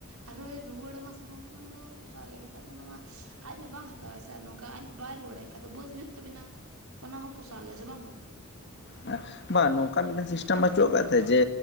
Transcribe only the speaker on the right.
ᱟᱨᱦᱚᱸᱭ ᱨᱩᱣᱟᱹᱲ ᱟᱢᱟ ᱥᱮ ᱜᱚᱝᱠᱮ ᱚᱱᱟᱫᱚ ᱯᱚᱥᱟᱜ ᱜᱮ ᱪᱮᱫᱟᱜ ᱥᱮ ᱚᱱᱟ ᱢᱟ ᱟᱡᱢᱟ ᱵᱟᱝ ᱦᱟᱛᱟᱣᱟᱭ ᱥᱮ ᱟᱨ ᱱᱚᱝᱠᱟ ᱟᱡ ᱵᱟᱭ ᱨᱩᱣᱟᱹᱲᱟ ᱮᱱᱠᱷᱟᱱ ᱟᱫᱚ ᱫᱚ ᱵᱟᱹᱫ ᱦᱩᱭᱩᱜ ᱛᱟᱵᱤᱱᱟ ᱚᱱᱟ ᱦᱚᱸ ᱯᱚᱥᱟᱣ ᱜᱮᱭᱟ ᱥᱮ ᱵᱟᱝ ᱜᱚᱝᱠᱮ
ᱦᱮᱸ